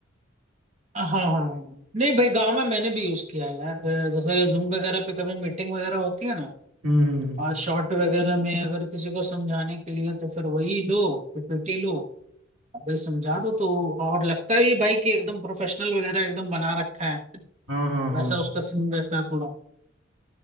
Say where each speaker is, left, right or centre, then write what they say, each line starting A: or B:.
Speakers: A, on the right (about 35°); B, on the right (about 80°).
A: हाँ हाँ हाँ। नहीं भाई गांव में मैंने भी यूज किया है यार अ, जैसे जूम वगैरह पे कभी मीटिंग वगैरह होती है ना
B: हम्म हम्म, हम्म।
A: और शॉर्ट वगैरह में अगर किसी को समझाने के लिए तो फिर वही लो पीपीटी लो अब भाई समझा दो तो और लगता है ये भाई कि एकदम प्रोफेशनल वगैरह एकदम बना रखा है
B: हाँ हाँ हाँ
A: वैसा उसका सीन रहता है थोड़ा